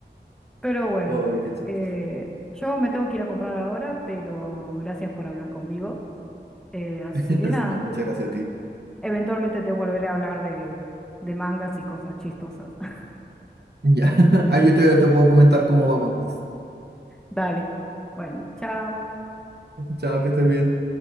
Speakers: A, in the centre; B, on the right.
A: Pero bueno,
B: Ay, qué chistoso.
A: eh, yo me tengo que ir a comprar ahora, pero gracias por hablar conmigo. Eh, así
B: <laughs>
A: que nada,
B: No, muchas gracias a ti.
A: eventualmente te volveré a hablar de, de mangas y cosas chistosas. <laughs>
B: Ya. <laughs> Ah, yo te, te puedo comentar cómo va One Piece.
A: Dale, bueno, chao.
B: Chao, que estés bien.